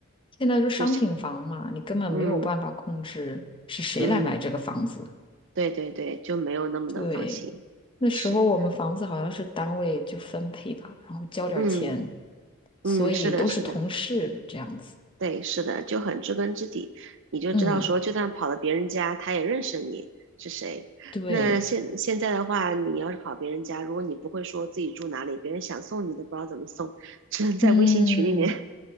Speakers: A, on the left (about 25°); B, on the right (about 60°).
A: 现在说商品房嘛，
B: 就想
A: 你根本没有办法控制是谁来买这个房子。
B: 嗯嗯，对对对，就没有那么的放心，
A: 对，那时候我们房子好像是单位就分配吧，
B: 是
A: 然后交点儿钱。
B: 嗯嗯是的是的。
A: 所以都是同事这样子。
B: 对，是的，就很知根知底，你就知道说，
A: 嗯，
B: 就算跑到别人家，他也认识你是谁。
A: 对，
B: 那现现在的话，你要是跑别人家，如果你不会说自己住哪里，别人想送你都不知道怎么送，只能在微信群里面。
A: 嗯，